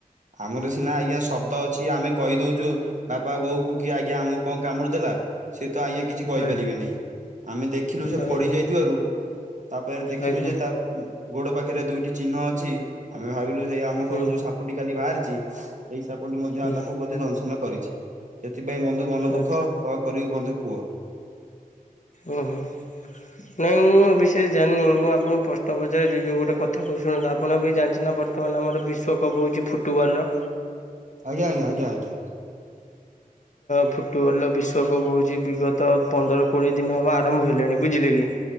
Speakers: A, on the right; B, on the left.
A: ଆମର ସିନା ଆଜ୍ଞା ଶବ୍ଦ ଅଛି ଆମେ କହିଦଉଛୁ ବାପା ବୋଉ କୁ କି ଆଜ୍ଞା ଆମକୁ କଣ କାମୁଡ଼ି ଦେଲା। ସେ ତ ଆଜ୍ଞା କିଛି କହିପାରିବେନି
B: ଆଜ୍ଞା
A: ଆମେ ଦେଖିଲୁ ସେ
B: ଆଜ୍ଞା
A: ପଡି ଯାଇଥିବାରୁ ତାପରେ ଦେଖିଲୁ
B: ଆଜ୍ଞା
A: ଯେ ତା ଅ ଗୋଡ ପାଖରେ ଦୁଇଟି ଚିହ୍ନ ଅ ଚି ଆମେ ଭାବିଲୁ ଯେ ଆମ
B: ହୁଁ
A: ଘରୁ ଯୋଉ ସାପଟି କାଲି ବାହାରିଛି ସେଇ ସାପଟି ମଧ୍ୟ
B: ହୁଁ
A: ଅ ତାକୁ ବ ଦଂଶନ କରିଛି ସେଥିପାଇଁ ବନ୍ଧୁ ମନ ଦୁଃଖ
B: ଆଚ୍ଛା
A: କଣ କରିବୁ ବନ୍ଧୁ କୁହ।
B: ଓ ହୋ। ନାଇଁ ମୁଁ ଏ ବିଷୟରେ ଜାଣିନି ମୁଁ ଆପଣଙ୍କୁ ପ୍ରଶ୍ନ ପଚାରୁଛି ଯଉ ଗୋଟେ କଥା କହୁଛି ଶୁଣନ୍ତୁ ଆପଣ ଏବେ ଜାଣିଛନ୍ତି ନା ବର୍ତ ମାନ ଆମର ବିଶ୍ୱକପ୍ ହେଉଛି ଫୁଟବଲର।
A: ଆଜ୍ଞା ଆଜ୍ଞା ଆଜ୍ଞା ଆଜ୍ଞା।
B: ଫୁଟବଲ୍ ବିଶ୍ୱକପ୍ ହେଉଛି ବିଗତ ପନ୍ଦର କୋଡ଼ିଏ ଦିନ ହେବ ଆରମ୍ଭ ହେଲାଣି ବୁଝିଲେ କି।